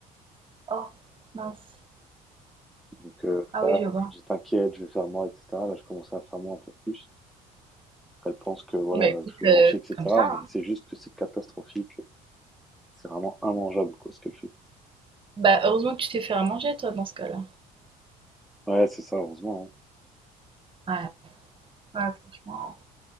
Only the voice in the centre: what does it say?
Donc euh,
là,
je lui dis, t'inquiète, je vais faire moi, etc. Là, je commence à faire moi un peu plus. Elle pense que, voilà,
je suis
gentil, etc.
Mais
c'est juste que c'est catastrophique. C'est vraiment immangeable, quoi, ce qu'elle fait.
Ouais, c'est ça, heureusement. hein.